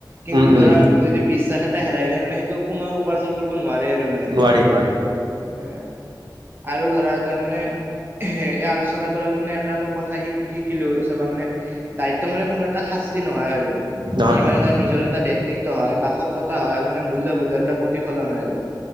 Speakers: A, on the right (about 25°); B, on the right (about 75°).
A: কিন্তু
B: উম উম
A: ধৰা যদি বিশ্বাস এটা হেৰাই যায় মানে সেইটো পুনৰ উপাৰ্জন কৰিব নোৱাৰে আৰু মানে।
B: নোৱাৰি নোৱাৰি
A: এ আৰু ধৰা তাৰ মানে এ এই আলোচনাৰ পৰা মানে এটা মোক কথা শিক শিকিলোঁ চাবা মানে দায়িত্ব মানে কোনো এটা শাস্তি নহয় আৰু। ই
B: নহয় নহয়
A: মানে এটা নিজৰ এটা ব্যক্তি তো বা সততা হয় আৰু মানে মূল্যবোধ আৰু এটা প্ৰতিফলন হয় আৰু।